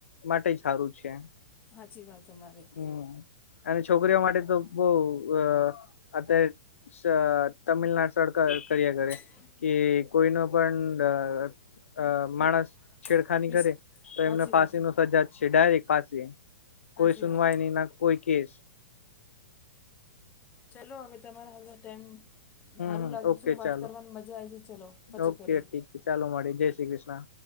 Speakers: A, on the left; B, on the left.
A: માટે સારું છે.
B: સાચી વાત તમારી.
A: હમ અને છોકરીઓ માટે તો બહુ અ અત્યારે સઅ તમિલનાડ સડ કરીયા કરે.
B: હા.
A: કે કોઈ ન પણડ અ
B: વિ
A: માણસ છેડખાની
B: વિસ
A: કરે તો
B: સાચી
A: એમને ફાંસી
B: વાત છે
A: ની સજા જ છે ડાયરેક્ટ ફાંસી.
B: સાચી
A: કોઈ સુનવાઈ
B: વાત છે
A: નહી ના કોઈ કેસ.
B: ચલો હવે તમારા હતો ટાઈમ
A: હમ
B: સારું
A: હમ
B: લાગ્યું
A: ઓકે
B: છું વાત
A: ચાલો
B: કરવાની મજા આવી છે ચલો પછે
A: ઓકે
B: કરીએ.
A: ઠીક ચાલો મળી જય શ્રી કૃષ્ણ.